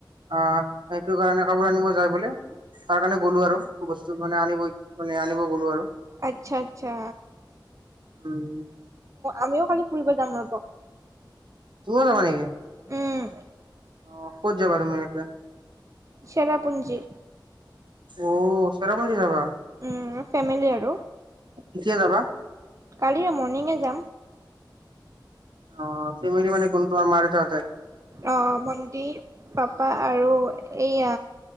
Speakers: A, on the right; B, on the right.
A: আহ সেইটো কাৰণে কাপোৰ আনিব যাই বোলে তাৰ কাৰণে গ'লো আৰু বস্তু মানে আনিবই মানে আনিব গ'লো আৰু
B: আচ্ছা আচ্ছা
A: উম
B: আমিও কালি ফুৰিব যাম ৰব
A: তুমিও যাবা নিকি?
B: উম,
A: অ ক'ত যাবা তোমালোকে
B: চেৰাপুঞ্জী
A: অ চেৰাপুঞ্জি যাবা
B: উম, ফেমিলি আৰু।
A: কেতিয়া যাবা
B: কালিয়ে মৰ্ণিঙে যাম
A: অ ফেমেলি মানে কোন তোমাৰ মা দেউতাহতে
B: অ ভণ্টি পাপা আৰু এইয়া